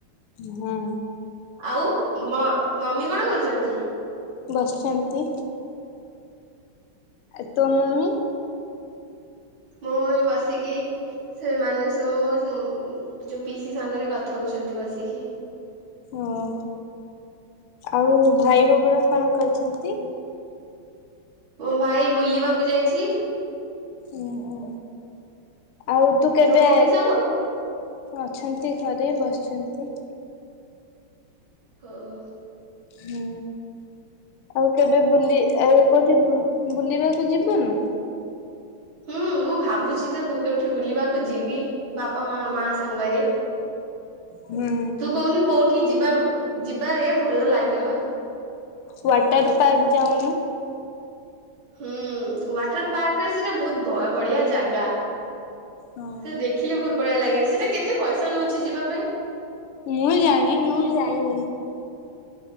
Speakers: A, on the left; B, on the right.
A: ହଁ।
B: ଆଉ ମମି କଣ କରୁଛନ୍ତି?
A: ବସିଛନ୍ତି। ଆ ତୋ ମମି?
B: ମୁଁ ବସିକି ସେମାନଙ୍କ ସ ମୋ ଯେଉଁ ପିସି ମାନଙ୍କ ସାଙ୍ଗରେ କଥା ହେଉଛନ୍ତି ବସିକି
A: ହଁ ଆଉ ଭାଇ ଭିଉନି କଣ କରିଛନ୍ତି।।
B: ମୋ ଭାଇ ବୁଲିବାକୁ ଯାଇଛି।।
A: ଓ ହୋ ଆଉ ତୁ କେବେ
B: ତୋ ଭଉଣୀ ସବୁ
A: ଅଛନ୍ତି ଘରେ ବସିଛନ୍ତି।।
B: ହଁ।।
A: ହୁଁ ଆଉ କେବେ ବୁଲି ଆଉ କହୁଛି ବୁଲିବାକୁ ଯିବନୁ।।
B: ହୁଁ ମୁଁ ଭାବୁଛି ତ କୋଉଉଠି ବୁଲିବାକୁ ଯିବି ବାପା ମା ମା ସାଙ୍ଗରେ।।
A: ହୁଁ।
B: ତୁ କହୁନୁ କୋଉଠି ଯିବା ଯିବାରେ ଭଲ ଲାଗିବ।।
A: ୱାଟର ପାର୍କ ଯାଉନୁ।
B: ହୁଁ ୱାଟର ପାର୍କରେ ସେଟା ବହୁତ ବଢିଆ ଜାଗା
A: ହଁ।
B: ସେ ଦେଖିଲେ ବହୁତ ଭଳିଆ ଲାଗେ ସେଟା କେତେ ପଇସା ନଉଛି ଯିବା ପାଇଁ
A: ମୁଁ ଜାଣିନି ମୁଁ ଯାଇିନି